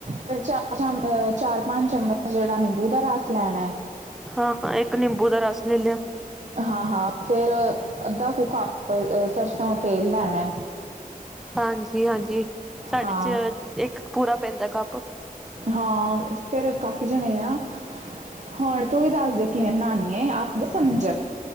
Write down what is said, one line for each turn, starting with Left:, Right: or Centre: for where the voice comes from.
Right: ਫੇਰ ਚਾਰ ਚਾਮ ਚਾਰ-ਪੰਜ ਚੱਮਚ ਜੇੜਾ ਨਿੰਬੂ ਦਾ ਰਾਸ ਲੈਣੈ
Centre: ਹਾਂ-ਹਾਂ, ਇੱਕ ਨਿੰਬੂ ਦਾ ਰਾਸ ਲੇ ਲੇਯਾ।
Right: ਹਾਂ-ਹਾਂ, ਫੇਰ ਅੱਦਾ ਕੁੂ ਕਾੱਪ ਸਰਸੋਂ ਦਾ ਤੇਲ ਲੈਣੈ।
Centre: ਹਾਂਜੀ-ਹਾਂਜੀ, ਸਾਡੇ
Right: ਹਾਂ
Centre: ਚ ਏਕ ਪੂਰਾ ਪੈਂਦਾ ਕਾੱਪ।
Right: ਹਾਂ, ਫੇਰ ਕਾਫੀ ਜਣੇ ਆ ਹੋਣ ਤੂੰ ਵੀ ਦਾੱਸ ਦੇ। ਕਿਵੇਂ ਬਣਾਉਣੀ ਹੈ? ਆਪ ਵੀ ਸਮਝ।